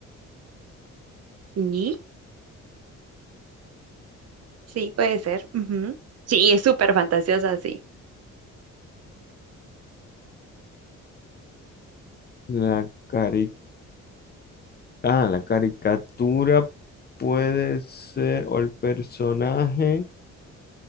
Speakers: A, on the right; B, on the left.
A: ¿Sí? Sí, puede ser. Ujú. Sí, es súper fantasiosa, sí.
B: La cari- ah, la caricatura puede ser, o el personaje